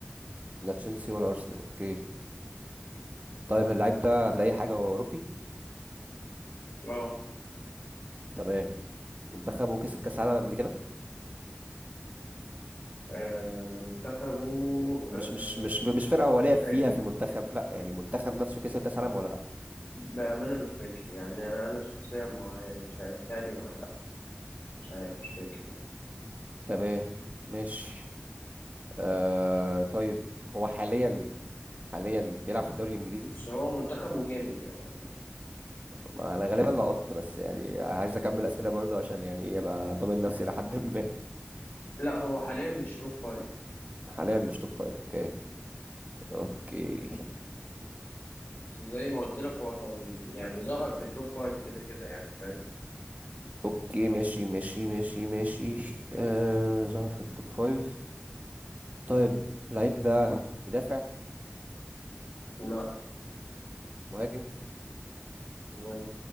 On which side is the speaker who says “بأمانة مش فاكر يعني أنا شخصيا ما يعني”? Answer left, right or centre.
Left